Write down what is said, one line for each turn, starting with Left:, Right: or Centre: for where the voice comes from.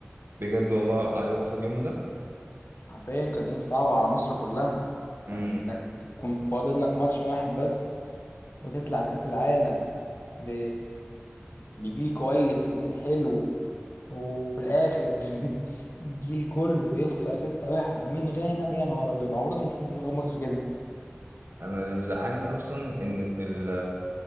Right: بجد والله عيطت اليوم ده
Left: حرفيا كان يوم صعب على مصر كلها
Right: امم
Left: يعني انك تكون فاضل لك ماتش واحد بس وتطلع كاس العالم ب... بجيل كويس وجيل حلو وفي الاخر <laughs> الجيل كله يخسر 6-1 من غانا يا نهار ابيض عمرنا ما شفنا منتخب مصر كده
Right: انا اللي مزعلني اصلا ان في ال...